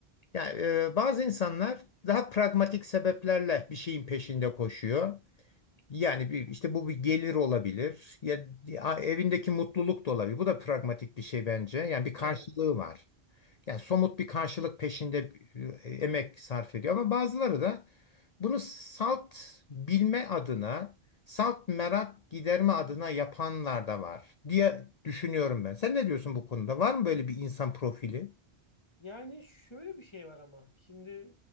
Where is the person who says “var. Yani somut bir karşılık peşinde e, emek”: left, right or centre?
Left